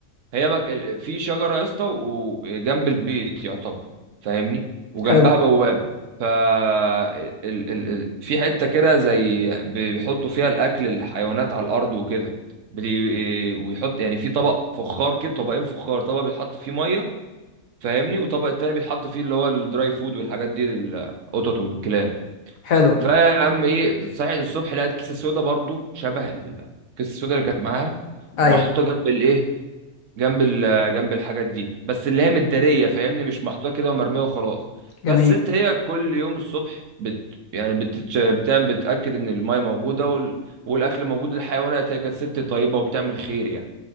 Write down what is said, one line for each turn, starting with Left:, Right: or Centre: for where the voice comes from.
Right: هي مج... ال- في شجره يا اسطى وجنب البيت يعتبر فاهمني وجنبها
Left: حلو
Right: بوابه ف ال... ال... ال... في حته كده زي بيحطوا فيها الاكل الحيوانات على الارض وكده بي... ويحط يعني في طبق فخار كده طبقين فخار طبق بيتحط فيه ميه فاهمني وطبق التاني بيتحط فيه اللي هو الدراي فود والحاجات دي للقطط والكلاب
Left: حلو
Right: فيا عم ايه صحيت الصبح لقيت كيسه سودا برضو شبه ال- الكيسه السودا اللي كانت معاها
Left: ايوه
Right: محطوطه جنب الايه جنب ال جنب الحاجات دي بس اللي هي متداريه فاهمني مش محطوطه كده ومرميه وخلاص
Left: جميل
Right: فالست هي كل يوم الصبح بت يعني بتتش... بتعمل بتاكد ان المايه موجوده وال... والاكل موجود للحيوانات هي كانت ست طيبه وبتعمل خير يعني